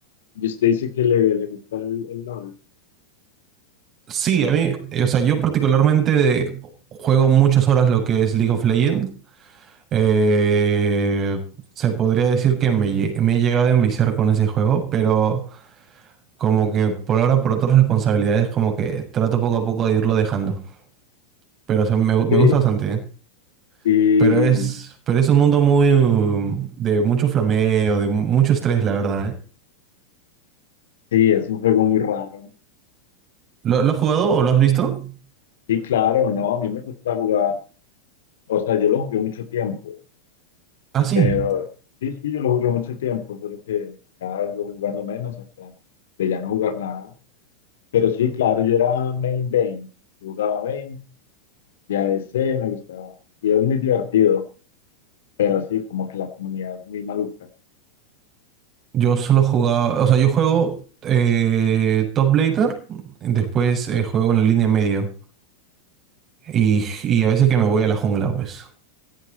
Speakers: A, on the left; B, on the right.
A: y usted dice que le, le gusta el, el LOL.
B: Sí, a mí, eh, o sea, yo particularmente de- juego muchas horas lo que es League of Legends. Eh, se podría decir que me, lle- me he llegado a enviciar con ese juego, pero como que por ahora, por otras responsabilidades, como que trato poco a poco de irlo dejando. Pero o sea, me, gu- me
A: Sí.
B: gusta bastante, ¿eh?
A: Y
B: Pero es, pero es un mundo muy um, de mucho flameo, de mucho estrés, la verdad, ¿eh?
A: sí, es un juego muy raro.
B: ¿Lo, lo has jugado o lo has visto?
A: Sí, claro, no, a mí me gusta jugar. O sea, yo lo jugué mucho tiempo,
B: Ah, sí.
A: pero sí, sí, yo lo jugué mucho tiempo, solo que cada vez lo voy jugando menos hasta de ya no jugar nada. Pero sí, claro, yo era main Vayne, yo jugaba Vayne y ADC me gustaba. Y es muy divertido, pero sí, como que la comunidad es muy maluca.
B: Yo solo jugaba, o sea, yo juego eh, top laner, después eh, juego en la línea medio y, y a veces que me voy a la jungla, pues.